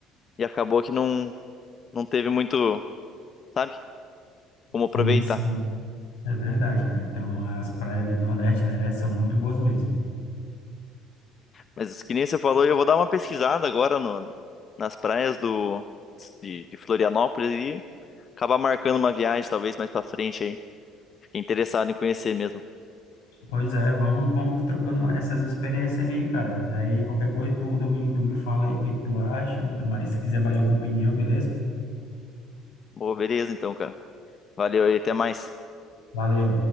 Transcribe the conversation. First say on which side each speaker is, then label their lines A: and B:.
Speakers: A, on the left; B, on the left.
A: e acabou que não, não teve muito, sabe, como
B: Sim,
A: aproveitar.
B: sim. É verdade, cara. Então, as praias ali do Nordeste, né, são muito boas mesmo.
A: Mas que nem você falou, eu vou dar uma pesquisada agora no, nas praias do, de, de Florianópolis e acabar marcando uma viagem, talvez, mais pra frente aí. Fiquei interessado em conhecer mesmo.
B: Pois é, vamos, vamos trocando uma- essas experiências aí, cara. Aí, qualquer coisa, tu, tu me, tu me fala aí o que que tu acha. Mas, se quiser mais alguma opinião, beleza?
A: Pô, beleza então, cara. Valeu aí, até mais.
B: Valeu.